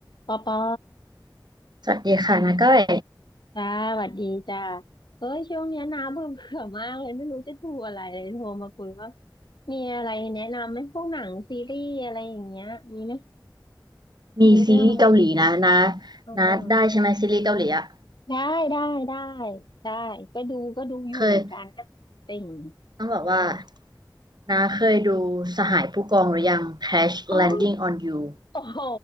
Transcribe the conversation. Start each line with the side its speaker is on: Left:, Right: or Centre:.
Left: ปอปอ
Right: สวัสดีค่ะนะก้อย
Left: จ้าสวัสดีจ้าเอ้ยช่วงเนี้ยน้าเบื่อเบื่อมากเลยไม่รู้จะดูอะไรเลยโทรมาคุยว่ามีอะไรแนะนำไหมพวกหนังซีรีส์อะไรอย่างเงี้ยมีไหม
Right: มีซีรีส์เกาหลีนะนะ
Left: มีเรื่องอะไรชีวิตเออเออ
Right: นะได้ใช่ไหมซีรีส์เกาหลีอ่ะ
Left: ได้ได้ได้ได้ก็ดูก็ดูอยู่เหมือนกันนะติ่ง
Right: เคยต้องบอกว่า
Left: เออ
Right: นะเคยดูสหายผู้กองหรือยัง Crash
Left: โอ้ย
Right: Landing on You
Left: โอ้โห